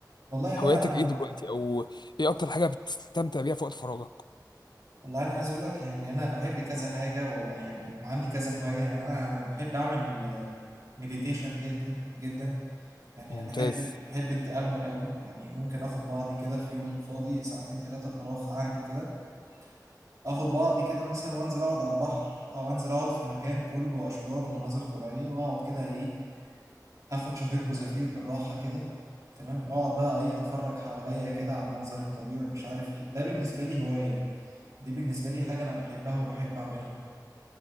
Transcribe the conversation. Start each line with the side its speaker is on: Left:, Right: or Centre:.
Right: والله لا
Left: هواياتك
Right: انا
Left: ايه دلوقتي او ايه اكتر حاجه بتستمتع بيها في وقت فراغك
Right: والله انا عايز اقول لك يعني انا بحب كذا حاجه ويعني وعندي كذا هوايه يعني انا بحب اعمل مديتيشن جدا جدا يعني
Left: ممتاز
Right: بحب بحب التامل قوي يعني ممكن اخد بعضي كده في يوم فاضي ساعتين ثلاثه فراغ عندي كده اخد بعضي كده مثلا وانزل اقعد على البحر او انزل اقعد في مكان كله اشجار ومناظر طبيعيه واقعد كده ايه هاخد شهيق وزفير بالراحه كده تمام واقعد بقى ايه اتفرج حواليا كده على المنظر الطبيعي ومش عارف ايه ده بالنسبه لي هوايه دي بالنسبه لي حاجه انا بحبها وبحب اعملها